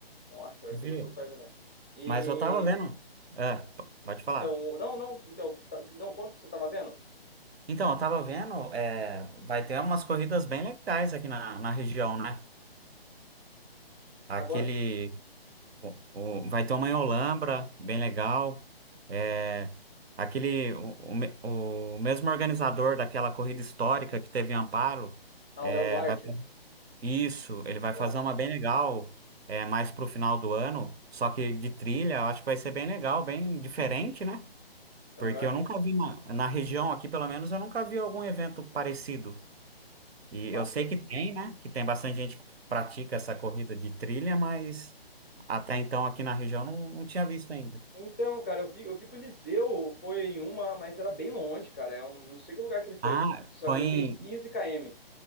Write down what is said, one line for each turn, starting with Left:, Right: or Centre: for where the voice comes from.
Left: Nossa, vai
Right: Viu?
Left: ser gostoso pra arrebentar. E...
Right: Mas eu tava vendo. É, p- pode falar.
Left: Então, não, não. Então, o que você tá- o que- não, conta o que você tava vendo.
Right: Então, eu tava vendo, é, vai ter umas corridas bem legais aqui na, na região, né? Aquele.
Left: Agora,
Right: o- o- vai ter uma em Olambra, bem legal. É, aquele. O, o, me- o mesmo organizador daquela corrida histórica que teve em Amparo,
Left: ah,
Right: é,
Left: o Léo Duarte.
Right: vai Isso, ele vai
Left: Top.
Right: fazer uma bem legal, é, mais pro final do ano, só que de trilha, eu acho que vai ser bem legal, bem diferente, né?
Left: Aham,
Right: Porque eu
Left: que-
Right: nunca vi na, na região aqui, pelo menos, eu nunca vi algum evento parecido. E
Left: baca-
Right: eu sei que tem, né? Que tem bastante gente que pratica essa corrida de trilha, mas até então aqui na região não, não tinha visto ainda.
Left: Então, cara, eu vi, eu vi que o Liseu foi em uma, mas era bem longe, cara. É um, não sei que lugar que ele foi.
Right: Ah,
Left: Só
Right: foi
Left: que ele
Right: em,
Left: fez 15 km.